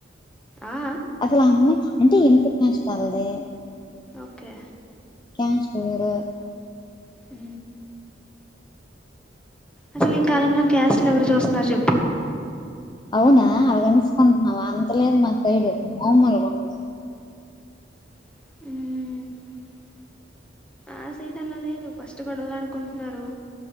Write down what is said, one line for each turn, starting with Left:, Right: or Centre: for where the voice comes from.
Centre: ఆ
Left: అసలు అమ్మాయి అంటే ఇంటికి నష్టాల దే
Centre: ఓకే
Left: క్యాన్స్ పోరు
Centre: హ అసలు ఈ కాలంలో కషలు ఎవరు చుస్తున్నారు చెప్పు
Left: అవునా అలగంచుకుంటున్నావా అంతలేదు మా సైడు మామలగుండదు
Centre: మ్ ఆ సైడ్ అలా లేదు ఫస్ట్ గొడవలుడుకుంటున్నారు